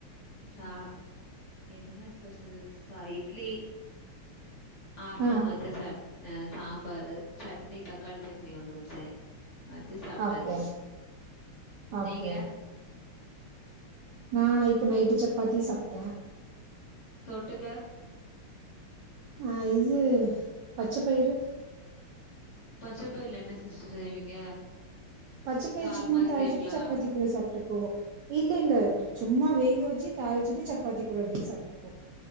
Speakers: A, on the left; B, on the right.
A: சா என்ன ஸ்பெஷல் சா இட்லி ஆஃப்டநூன்
B: ஆ
A: வெச்ச சட் சாம்பாரு சட் னி தக்காளி சட்னி ஒண்ணு வெச்சே வெச்சி சாப்ட்டாச்சி
B: ஓகே ஓகே
A: நீங்க
B: நா இப்ப நைட்டு சப்பாத்தி சாப்ட்ட
A: தொட்டுக்க
B: அ இது பச்ச பயிறு
A: பச்ச பயிறுல என்ன சிஸ்டர்‌ செய்வீங்க
B: பச்ச பயாறு
A: தால்
B: சும்மா
A: மாரி
B: தாளிச்சிட்டு
A: செய்வீங்களா
B: சப்பாத்தி கூட சாப்ட்டுக்குவோ இல்ல இல்ல
A: ம்
B: சும்மா
A: ம்
B: வேக வெச்சி தாளிச்சிட்டு சப்பாத்தி கூட அப்டியே சாப்ட்டு